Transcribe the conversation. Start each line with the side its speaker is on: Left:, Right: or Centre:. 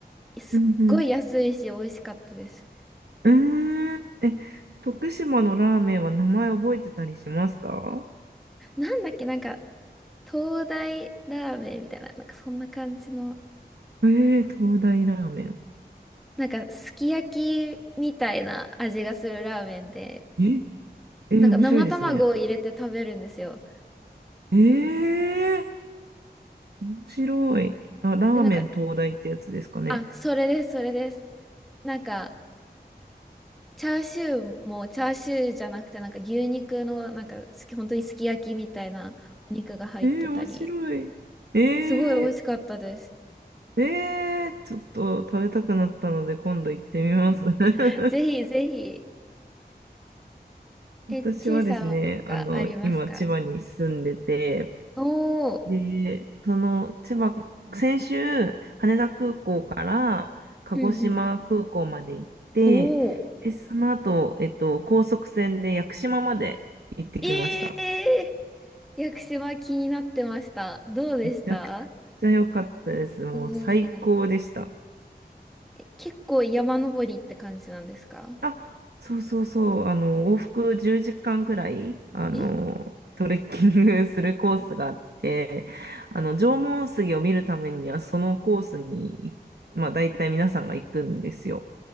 Centre: すっごい安いし美味しかったです。
Right: うんうん。うーん。え、徳島のラーメンは名前覚えてたりしますか
Centre: なんだっけ、なんか東大ラーメンみたいな、なんかそんな感じの、
Right: ええ東大ラーメン。
Centre: なんかすき焼きみたいな味がするラーメンで、
Right: え、えー面白いですね。
Centre: なんか生卵を入れて食べるんですよ。
Right: ええ面白い。あ、ラーメン東大ってやつですかね。
Centre: で、なんか、あ、それです、それです。なんか、チャーシューもチャーシューじゃなくて、なんか牛肉の、なんか、すき、本当にすき焼きみたいなお肉が入ってたり、
Right: ええ面白い。ええ
Centre: すごい美味しかったです。
Right: えー、ちょっと食べたくなったので今度行ってみます。<laughs>
Centre: <laughs> ぜひぜひ。
Right: 私はですね、
Centre: え、ちいさんはなんかありますか
Right: あの、今千葉に住んでて、
Centre: おー、
Right: で、その千葉、先週羽田空港から鹿児島空港まで行って、
Centre: うんうん。おー、
Right: で、その後、えっと、高速船で屋久島まで行ってきました。
Centre: えー、屋久島気になってました。どうでした
Right: めちゃくちゃ良かったです。もう最高でした。
Centre: おー、え、結構山登りって感じなんですか
Right: あ、そうそうそう、あの、往復10時間くらい、あの、
Centre: え
Right: トレッキングするコースがあって、あの、縄文杉を見るためには、そのコースに、まあ、大体皆さんが行くんですよ。